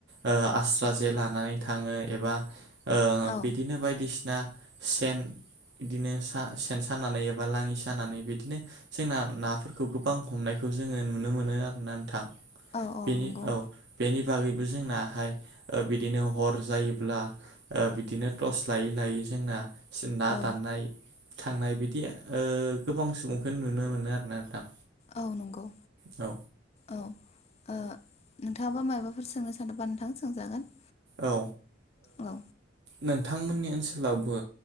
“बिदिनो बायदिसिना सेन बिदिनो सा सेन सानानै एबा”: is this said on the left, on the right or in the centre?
Right